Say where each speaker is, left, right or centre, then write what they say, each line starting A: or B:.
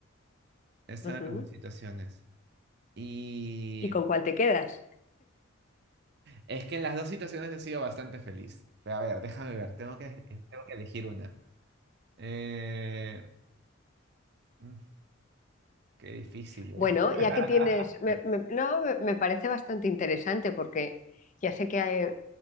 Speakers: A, on the right; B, on the left.
A: He estado
B: ujú.
A: en las dos situaciones. Y
B: ¿Y con cuál te quedas?
A: Es que en las dos situaciones he sido bastante feliz. Pero a ver, déjame ver, tengo que, eh, tengo que elegir una. Eh, mm, qué difícil,
B: Bueno,
A: ¿eh? <laughs>
B: ya que tienes, me- me- no, me, me parece bastante interesante porque ya sé que hay,